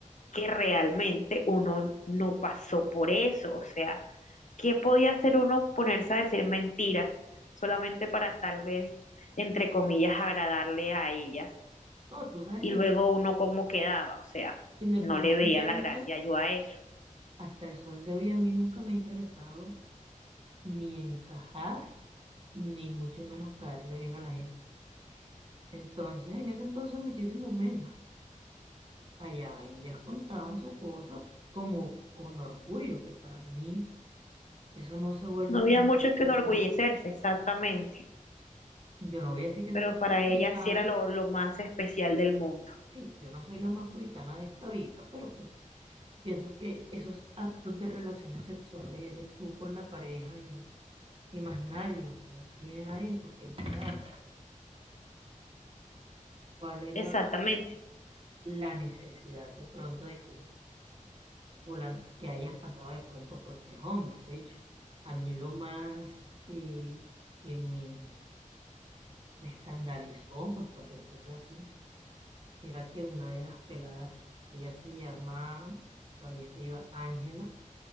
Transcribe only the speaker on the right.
No, tú sabes
que
independientemente,
hasta el sol de hoy a mí nunca me ha interesado ni encajar, ni mucho menos caerle bien a la gente. Entonces, en ese entonces muchísimo menos. Allá ellas contaban su cosa como con orgullo, que para mí Eso no se vuelve...
ningún
punto.
Yo no voy a decir que
soy la
más
puritana.
Sí, yo no soy la más puritana de esta vida, pero pues pienso que esos actos de relaciones sexuales eres tú con la pareja y, y más nadie, o sea, no tiene nadie por qué enterarse. ¿Cuál era
la necesidad de pronto de que, fulan- que hayas pasado de pronto por tres hombres? De hecho, a mí lo más eh, que me, me escandalizó, pues por decirlo así, Era que una de las peladas, ella se llama, todavía está viva, Ángela,